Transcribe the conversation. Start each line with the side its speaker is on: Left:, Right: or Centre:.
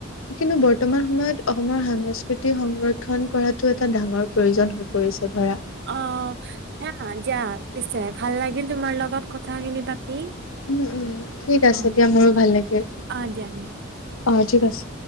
Left: কিন্তু বৰতমান সময়ত অসমৰ সাংস্কৃতিক সংৰক্ষণ এটা কৰাটো এটা ডাঙৰ- প্ৰয়োজন হৈ পৰিছে, ধৰা।
Right: অঁ' সেয়া যা পিছে ভাল লাগিল তোমাৰ লগত কথা খিনি পাতি।
Left: উম' উম, ঠিক আছে
Right: অ
Left: দিয়া মোৰো ভাল লাগিল,
Right: অ দিয়া দিয়া
Left: অঁ ঠিক আছে।